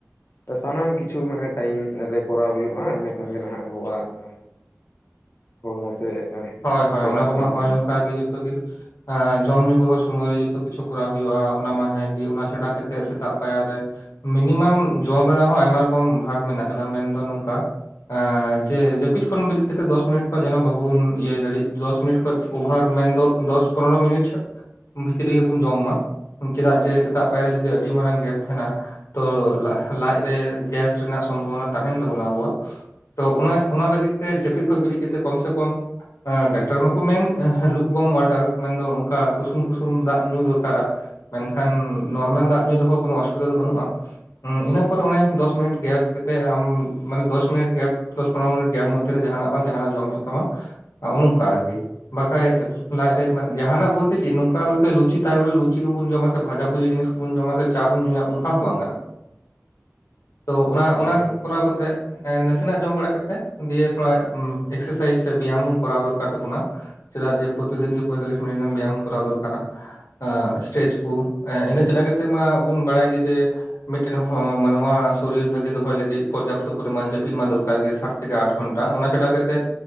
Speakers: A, on the left; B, on the left.
A: ᱛᱚ ᱥᱟᱱᱟᱢ ᱠᱤᱪᱷᱩ ᱢᱟᱱᱮ ᱴᱟᱭᱤᱢ ᱨᱮ ᱠᱚᱨᱟᱣ ᱦᱩᱭᱩᱜ-ᱟ, ᱮᱱᱮ ᱠᱷᱟᱱ ᱜᱮ ᱱᱟᱦᱟᱸᱜ ᱟᱵᱚᱣᱟᱜ ᱟ ᱦᱚᱲᱢᱚ ᱥᱮ
B: ᱦᱚᱭ
A: ᱡᱤᱣᱤ
B: ᱦᱚᱭ
A: ᱵᱮᱥ
B: ᱚᱱᱟ ᱠᱩᱢᱟ
A: ᱛᱟᱦᱮᱱᱟ
B: ᱦᱚᱭ ᱚᱱᱠᱟ ᱜᱮ ᱡᱚᱛᱚ ᱜᱮ ᱟ ᱡᱚᱢ ᱧᱩ ᱠᱚᱦᱚᱸ ᱥᱚᱢᱚᱭ ᱨᱮ ᱡᱚᱛᱚ ᱠᱤᱪᱷᱩ ᱠᱚᱨᱟᱣ ᱦᱩᱭᱩᱜ-ᱟ, ᱚᱱᱟ ᱢᱟ ᱦᱮᱸ᱾ ᱜᱤ ᱚᱱᱟ ᱪᱷᱟᱰᱟ ᱠᱟᱛᱮᱜ ᱥᱮᱛᱟᱜ ᱯᱟᱭᱟᱨ ᱨᱮ ᱢᱤᱱᱤᱢᱟᱢ ᱡᱚᱢ ᱨᱮᱱᱟᱜ ᱦᱚᱸ ᱟᱭᱢᱟ ᱨᱚᱠᱚᱢ ᱵᱷᱟᱜᱽ ᱢᱮᱱᱟᱜ ᱠᱟᱫᱟ ᱢᱮᱱᱫᱚ ᱱᱚᱝᱠᱟ ᱟᱸᱻ ᱡᱮ ᱡᱟᱹᱯᱤᱫ ᱠᱷᱚᱱ ᱵᱤᱨᱤᱫ ᱠᱟᱛᱮᱜ ᱫᱚᱥ ᱢᱤᱱᱤᱴ ᱠᱷᱚᱡ ᱡᱮᱱᱚ ᱵᱟᱹᱵᱩᱱ ᱤᱭᱟᱹᱭ ᱫᱟᱹᱲᱤᱜ ᱫᱚᱥ ᱢᱤᱱᱤᱴ ᱠᱷᱚᱡ ᱚᱵᱷᱟᱨ ᱢᱮᱱᱫᱚ ᱫᱚᱥ ᱯᱚᱱᱨᱚ ᱢᱤᱱᱤᱴ ᱵᱷᱤᱛᱨᱤ ᱜᱮᱵᱩᱱ ᱡᱚᱢ ᱢᱟ, ᱩᱸᱱ ᱪᱮᱫᱟᱜ ᱡᱮ ᱥᱮᱛᱟᱜ ᱯᱟᱭᱟᱨ ᱨᱮ ᱡᱩᱫᱤ ᱟᱹᱰᱤ ᱢᱟᱨᱟᱝ ᱜᱮᱯ ᱛᱮᱦᱮᱱᱟ ᱛᱚ ᱞᱟᱦ-ᱞᱟᱡ ᱨᱮ ᱜᱮᱥ ᱨᱮᱱᱟᱜ ᱥᱚᱢᱵᱷᱚᱵᱚᱱᱟ ᱛᱟᱦᱮᱱ ᱛᱟᱵᱚᱱᱟ ᱟᱵᱚᱣᱟᱜ᱾ ᱛᱚ ᱚᱱᱟ ᱚᱱᱟ ᱞᱟᱹᱜᱤᱫ ᱛᱮ ᱡᱟᱹᱯᱤᱫ ᱠᱷᱚᱡ ᱵᱤᱨᱤᱫ ᱠᱟᱛᱮᱜ ᱠᱚᱢ ᱥᱮ ᱠᱚᱢ ᱟᱸ ᱰᱟᱠᱴᱚᱨ ᱢᱟᱠᱩ ᱢᱮᱱ ᱮᱦ ᱞᱩᱠ ᱵᱚᱢ ᱣᱟᱴᱟᱨ ᱢᱮᱱᱫᱚ ᱚᱱᱠᱟ ᱠᱩᱥᱩᱢ ᱠᱩᱥᱩᱢ ᱫᱟᱜ ᱧᱩ ᱫᱚᱨᱠᱟᱨᱟ᱾ ᱢᱮᱱᱠᱷᱟᱱ ᱱᱚᱨᱢᱟᱞ ᱫᱟᱜ ᱧᱩᱭ ᱨᱮᱦᱚᱸ ᱠᱚᱱᱳ ᱚᱥᱩᱵᱤᱫᱟ ᱫᱚ ᱵᱟᱹᱱᱩᱜ-ᱟ᱾ ᱩᱸ ᱤᱱᱟᱹ ᱯᱚᱨ ᱚᱱᱮ ᱫᱚᱥ ᱢᱤᱱᱤᱴ ᱜᱮᱯ ᱠᱟᱛᱮᱜ ᱟᱢ ᱢᱟᱱᱮ ᱫᱚᱥ ᱢᱤᱱᱤᱴ ᱜᱮᱯ ᱫᱚᱥ ᱯᱚᱱᱨᱚ ᱢᱤᱱᱤᱴ ᱜᱮᱯ ᱢᱚᱫᱽᱫᱷᱮ ᱨᱮ ᱡᱟᱦᱟᱸᱱᱟᱜ ᱵᱟᱝ ᱡᱟᱦᱟᱸᱱᱟᱜ ᱡᱚᱢ ᱦᱚᱭᱩᱜ ᱛᱟᱢᱟ ᱟᱨ ᱚ-ᱱᱚᱝᱠᱟ ᱟᱨᱠᱤ᱾ ᱵᱟᱠᱷᱟᱡ ᱮ ᱞᱟᱡ ᱨᱮ ᱢᱟᱱᱮ ᱡᱟᱦᱟᱸᱱᱟᱜ ᱵᱩᱞᱛᱮ ᱪᱮᱫ ᱱᱚᱝᱠᱟ ᱵᱩᱞᱛᱮ ᱞᱩᱪᱤ ᱛᱟᱭ ᱵᱚᱞᱮ ᱞᱩᱪᱤ ᱠᱚᱵᱩᱱ ᱡᱚᱢᱟ ᱥᱮ ᱵᱷᱟᱡᱟ ᱵᱷᱩᱡᱤ ᱡᱤᱱᱤᱥ ᱵᱩᱱ ᱡᱚᱢᱟ ᱥᱮ ᱪᱟᱸ ᱵᱚᱱ ᱧᱩᱭᱟ ᱚᱱᱠᱟ ᱦᱚᱸ ᱵᱟᱝ ᱠᱟᱱᱟ, ᱛᱚ
A: ᱦᱮᱸ
B: ᱚᱱᱟ
A: ᱜᱚᱝᱠᱮ
B: ᱚᱱᱟ
A: ᱱᱤᱦᱟᱹᱛᱤ
B: ᱠᱚᱨᱟᱣ ᱠᱟᱛᱮᱜ ᱮ ᱱᱟᱥᱮ ᱱᱟᱜ ᱡᱚᱢ ᱵᱟᱲᱟ ᱠᱟᱛᱮᱜ ᱫᱤᱭᱮ ᱛᱷᱚᱲᱟ ᱩᱸ ᱮᱠᱥᱮᱥᱟᱭᱤᱡᱽ ᱥᱮ ᱵᱮᱭᱟᱢᱩᱱ ᱠᱚᱨᱟᱣ ᱫᱚᱨᱠᱟᱨ ᱛᱟᱹᱵᱩᱱᱟ ᱪᱮᱫᱟᱜ ᱡᱮ ᱯᱚᱨᱛᱤ ᱫᱤᱱ ᱜᱮ ᱯᱚᱸᱭᱛᱟᱞᱤᱥ ᱢᱤᱱᱤᱴ ᱜᱟᱱ ᱵᱮᱭᱟᱢ ᱠᱚᱨᱟᱣ ᱫᱚᱨᱠᱟᱨᱟ᱾ ᱟ ᱮᱥᱴᱮᱡᱽ ᱠᱩ ᱮᱸ ᱤᱱᱟᱹ ᱪᱷᱟᱰᱟ ᱠᱟᱛᱮᱜ ᱢᱟᱵᱚᱱ ᱵᱟᱲᱟᱭ ᱜᱮ ᱡᱮ ᱢᱤᱫᱴᱮᱱ ᱦᱚᱸ ᱢᱟᱱᱣᱶᱟ ᱥᱚᱨᱤᱨ ᱵᱷᱟᱜᱮ ᱫᱚᱦᱚᱭ ᱞᱟᱹᱜᱤᱫ ᱯᱚᱨᱡᱟᱯᱛᱚ ᱯᱚᱨᱤᱢᱟᱱ ᱡᱟᱹᱯᱤᱫ ᱢᱟ ᱫᱚᱨᱠᱟᱨ ᱜᱮ ᱥᱟᱨ ᱛᱷᱮᱠᱮ ᱟᱴ ᱜᱷᱚᱱᱴᱟ ᱚᱱᱟ ᱪᱷᱟᱰᱟ ᱠᱟᱛᱮᱜ